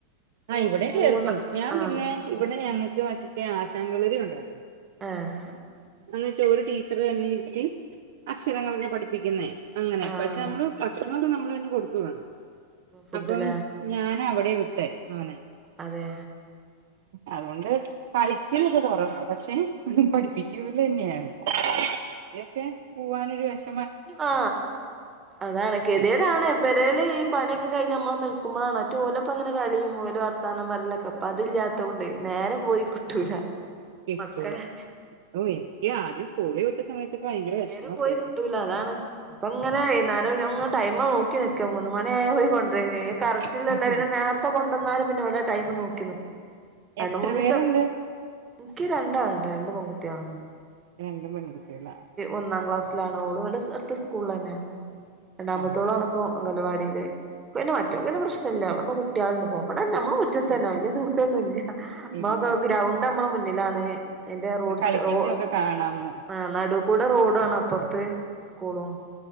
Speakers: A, on the right; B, on the right.
A: മൂ
B: ആ ഇവിടെ ചേർക്കും
A: മൂന്ന്
B: ഞാൻ
A: ആഹ്
B: പിന്നെ ഇവിടെ ഞങ്ങൾക്ക് മറ്റത്തെ ആശകളരി ഉണ്ടായിരുന്നു
A: ഏഹ്
B: എന്ന് വെച്ച ഒരു ടീച്ചർ തന്നെ ഇരുത്തി അക്ഷരങ്ങളൊക്കെ പഠിപ്പിക്കുന്നേ അങ്ങനെ
A: ആഹ്
B: പക്ഷെ നമ്മള് ഭക്ഷണമൊക്കെ നമ്മൾ തന്നെ കൊടുത്ത് വിടണം
A: ഫുഡിലെ
B: അപ്പം ഞാന അവിടെ വിട്ടെ മോനെ
A: അതെ
B: അതുകൊണ്ട് കളിക്കലൊക്ക കൊറവാണ് പക്ഷെ
A: ആഹ്
B: പഠിപ്പിക്കൂലന്നെയാണ് ആദ്യോക്കെ പോവാനൊരു വെഷ
A: ആ അതാണ് കെതടാണ്
B: പിന്നെ
A: ഇവരെല് ഈ പണിയൊക്കെ കഴിഞ് നമ്മളൊന്നു നൽക്ക്പോഴാണ് മറ്റേത് ഓലപ്പങ്ങനെ കളീം ഓല് വർത്താനം പറയാലൊക്കെ അതില്ലാത്തോണ്ട് നേരം പോയി കിട്ടൂല
B: ആഹ് <unintelligible>
A: മക്കളല്ലേ
B: ഓ എനിക്ക് ആദ്യം സ്കൂളിൽ സമയത്തൊക്കെ ഭയങ്കര
A: നേരം
B: വിഷമൊക്കെ
A: പോയി കിട്ടൂല അതാണ് ഇപ്പങ്ങനെ വൈന്നേരം ഞാനങ്ങനെ ടൈമ നോക്കി നോക്കി നിക്കാ മൂന്ന് മണി ആയ പോയി കൊണ്ടരെയിനി കറക്റ്റിലല്ലപിന്നെ
B: ആയിരുന്നു
A: നേരത്തെ കൊണ്ടന്നാലും പിന്നെ വലെ ടൈമ് നോക്കി നിക്കും രണ്ട
B: എത്ര
A: മൂന്ന്
B: പേരുണ്ട്
A: ദിവസം ഇക്ക് രണ്ടാളുണ്ട് രണ്ട് പൊൺകുട്ട്യാൾ ത്യാ
B: ഇൻക്ക് രണ്ട് പെൺ കുട്ടിയാള
A: ഒന്നാം ക്ലാസ്സിലാണ് ഓള്വിടെ അടുത്ത സ്കൂള തന്നെയാണ് രണ്ടാമത്തോളാണ്പ്പൊ
B: ആഹ്
A: അംഗലവാടിയിൽ ഒക്കെന്നെ മാറ്റോക്കെന്നെ
B: ആഹ്
A: പ്രശ്നല്ല ഇവിടുന്ന് കുട്ട്യാളിണ്ട് പോക ഇവിടെന്നെ മ്മളെ മുറ്റത്തന്നെ
B: ഉം
A: വല്യ ദൂ പിയേന്നുല്ല്യ
B: ഇല്ല
A: മക്ക് ഗ്രൗണ്ട് നമ്മള മുന്നിലാണ് പിന്നെ റോഡ്
B: കളിക്കുമ്പോഴൊക്കെ
A: സെയ് റോഡ്
B: കാണാംന്ന്
A: ആ നടു റോടാണ് അപ്പർത്തെ സ്കൂളും